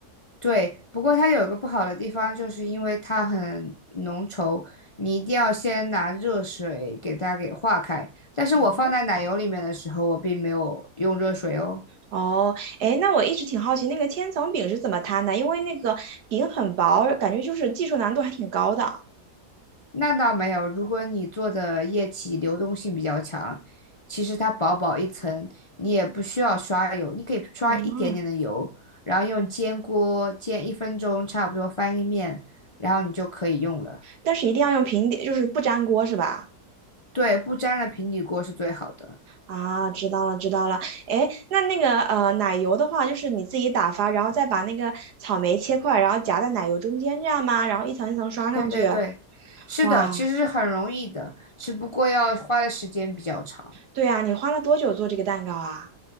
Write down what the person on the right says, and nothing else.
哦，
哦哎，那我一直挺好奇那个千层饼是怎么摊的，因为那个饼很薄，感觉就是技术难度还挺高的。
嗯。
但是一定要用平底，就是不粘锅是吧？
啊，知道了，知道了。哎，那那个呃，奶油的话，就是你自己打发，然后再把那个草莓切块，然后夹在奶油中间，这样吗？然后一层一层刷上去。
哇，
对呀，你花了多久做这个蛋糕啊？